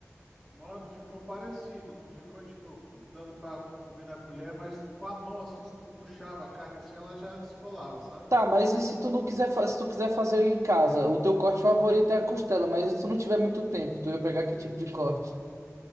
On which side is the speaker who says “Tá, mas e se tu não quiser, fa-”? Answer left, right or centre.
Right